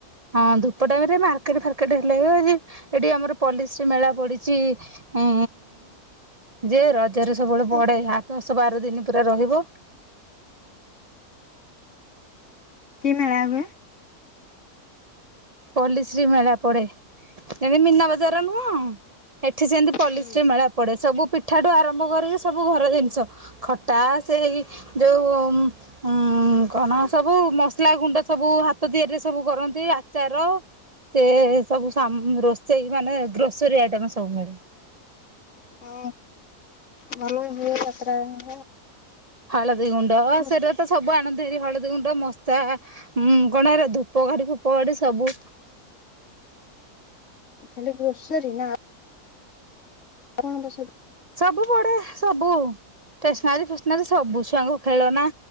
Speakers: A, on the right (about 45°); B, on the left (about 55°).
A: ହଁ ଧୂପ ଟାଇମ ରେ ମାର୍କେଟ ଫାର୍କେଟ ହେଲା ଆ ଏଠି ଆମର ପଲିସ୍ରୀ ମେଳା ପଡିଛି ଉ ଯେ ରଜରେ ସବୁବେଳେ
B: ଦୋ
A: ପଡେ ଆ ଦଶ ବାର ଦିନ ପୁରା ରହିବ
B: କି ମେଳା ହୁଏ
A: ପଲିଶ୍ରୀମେଳା ପଡେ ଯେମିତି ମିନା ବଜାର ନୁହଁ ଏଠି ସେମତି ପଲିଶ୍ରୀ
B: ହୁଁ
A: ମେଳା ପଡ଼େ ସବୁ ପିଠାଠୁ ଆରମ୍ଭ କରିକି ସବୁ ଘର ଜିନିଷ ଖଟା ସେଇ ଯୋଉ ହୁଁ କଣ ସବୁ ମସଲା ଗୁଣ୍ଡ ସବୁ ହାତ ତିଆରିରେ ସବୁ କରନ୍ତି ଚାର ସେ ସବୁ ରୋଷେଇ ମାନେ ଗ୍ରୋସରୀ ଆଇଟମ ସବୁ ମିଳେ
B: ଓ ହୋ ମାନ ହାତ <inaudible>
A: ହଳଦି ଗୁଣ୍ଡ
B: ବସେ
A: ସେରା ତ ସ ସବୁ ଆଣନ୍ତି ହାରି ହଳଦୀ ଗୁଣ୍ଡ ମଶା ଉ କଣ ହେରା ଧୂପ କାଠି ଫୂପ କାଠି ସବୁ
B: ଖାଲି ଗ୍ରୋସରୀ ନା କପଣଙ୍କ ସତ <inaudible>
A: ସବୁ ପଡେ ସବୁ ଷ୍ଟେସନାରୀ ଫେସନାରୀ ସବୁ ଛୁଆଙ୍କ ଖେଳନା